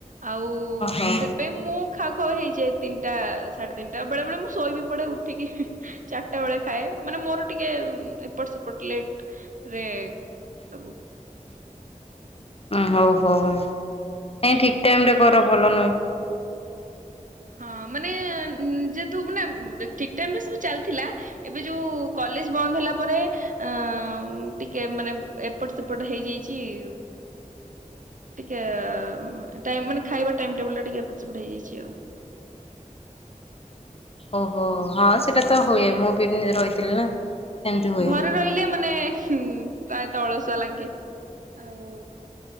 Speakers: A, on the right (about 70°); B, on the left (about 45°).
A: ଆଉ
B: ଓହୋ
A: ସେଥିପାଇଁ ମୁଁ ଖା ଖୁଆ ହେଇଯାଏ ତିନିଟା ସାଢେ ତିନିଟା ବେଳେ ବେଳେ ମୁଁ ଶୋଇବି ପଟେ ଉଠିକି ଚାରିଟା ବେଳେ ଖାଏ ମାନେ ମୋର ଟିକେ ଏପଟ ସେପଟ ଲେଟ ରେ ଏ ସବୁ।
B: ଉଁ ହଉ ହଉ ଏଁ ଠିକ୍‌ ଟାଇମ ରେ କର ଭଲ ନୁହ। <inaudible>
A: ହଁ ମାନେ ଉଁ ଯେହତୁ ମାନେ ଠିକ୍‌ ଟାଇମ୍ ରେ ସବୁ ଚାଲିଥିଲା ଏବେ ଯୋଉ କଲ କଲେଜ ବନ୍ଦ ହେଲା ପରେ ଅଁ ଟିକେ ମାନେ ଏପଟ ସେପଟ ହେଇଯାଇଛି। <inaudible> ଟିକେ ଆ ଉଁ ଟାଇ ମାନେ ଖାଇବା ଟାଇମ ଟେବୁଲ ଟା ଟିକେ ଏପଟ ସେପଟ ହେଇଯାଇଛି ଆଉ।
B: ଓହୋ ହଁ ସେଇଟା ତ ହୁଏ ମୁଁ ବି ନିଜର ରଇଥିଲି ନା। ସେମିତି ହୁଏ
A: ଘରେ ରହିଲେ ମାନେ ହୁଁ। ପ୍ରାୟ ତଳସୁଆ ଲାଗେ <inaudible> ଆଉ